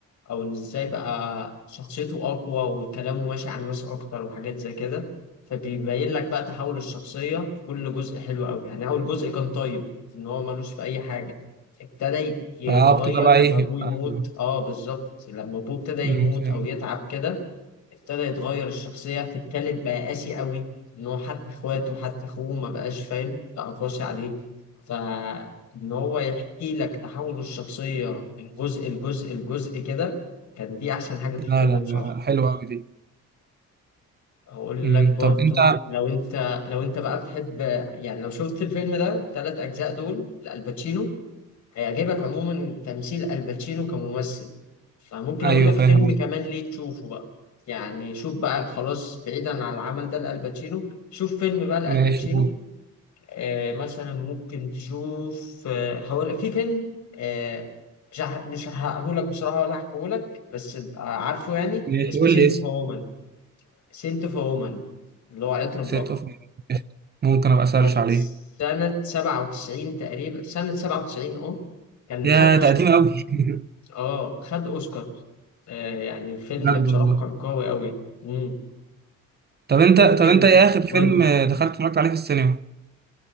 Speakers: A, on the left; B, on the right.
A: او إن ازاي بقى شخصيته اقوى وكلامه ماشي على الناس اكتر وحاجات زي كده فبيبين لك بقى تحول الشخصية في كل جزء حلو قوي يعني اول جزء كان طيب ان هو ملوش في اي حاجة ابتدى يتغير
B: اه بتبقى بقى
A: لما
B: ايه
A: ابوه
B: يبقى-
A: يموت اه بالظبط لما ابوه ابتدى يموت
B: أمم، فاهم
A: او يتعب كده ابتدى يتغير الشخصية في التالت بقى قاسي قوي ان هو حتى اخواته حتى اخوه ما بقاش فاهم بقى قاسي عليه فان هو يحكي لك تحول الشخصية من جزء لجزء لجزء كده كان دي احسن حاجة في
B: لا
A: الفيلم
B: لا
A: بصراحة
B: لا حلوة أوي دي
A: هقول
B: أمم،
A: لك برضو
B: طب انت
A: لو انت لو انت بقى بتحب يعني لو شفت الفيلم ده التلات اجزاء دول لألباتشينو هيعجبك عموما تمثيل الباتشينو كممثل فممكن
B: ايوه
A: اقول لك
B: فاهم
A: فيلم
B: قصدي
A: كمان ليه تشوفه بقى يعني شوف بقى خلاص بعيدا عن العمل ده لالباتشينو شوف فيلم بقى لالباتشينو
B: ماشي قول
A: آه مثلا ممكن تشوف آه هقول في فيلم آه مش هح- مش هقولك بصراحة ولا هحكيهولك بس تبقى عارفه يعني
B: ماشي
A: اسمه
B: قول
A: سنت
B: لي اسم
A: اوف وومن سنت اوف وومن اللي هو عطر امرأة
B: ست اوف ممكن ابقى سيرش
A: كان
B: عليه
A: سنة 97 تقريبا سنة 97 اه كان
B: يا
A: خد اوسكار
B: ده قديم قوي <laughs>
A: اه خد اوسكار آه يعني الفيلم
B: بجد
A: بصراحة
B: والله
A: كان قوي قوي مم.
B: طب انت
A: ممكن
B: طب انت ايه اخر
A: أقول
B: فيلم دخلت اتفرجت عليه في السينما